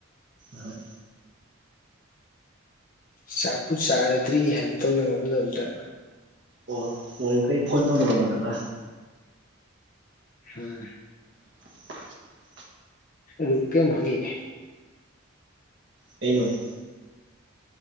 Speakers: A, on the right; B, on the left.
A: ꯍꯣꯏ
B: ꯆꯥꯛꯄꯨ ꯆꯥꯒꯗ꯭ꯔꯤ ꯍꯥꯏꯅ ꯇꯧ ꯌꯦꯕ ꯃꯇꯝꯗ
A: ꯑꯣ ꯃꯣꯔꯡꯈꯩ ꯐꯣꯟ ꯇꯧꯅꯔꯝꯃꯣ ꯅꯒ
B: ꯍꯣꯏ
A: <inaudible>
B: ꯔꯨꯀꯦ ꯃꯥꯡꯒꯦꯅꯦ
A: ꯀ ꯅꯣꯅꯦ